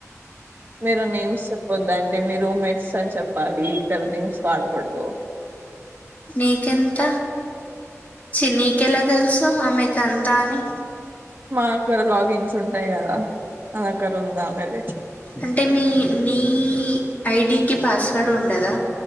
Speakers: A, on the right; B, on the left.
A: మీరు నేమ్స్ చెప్పొద్దండి మీరు మే స చెప్ప అది కర్ నింస్ వాడకడదు
B: నీకెంత చి నీకెలా తెలుసు ఆమెకు అంతా అని
A: మా అక్కడ లాగిన్స్ ఉంటాయి కదా నా దగ్గర ఉందా ఆమెది
B: అంటే మీ నీ ఈ ఐడికి పాస్వేర్డ్ ఉండదా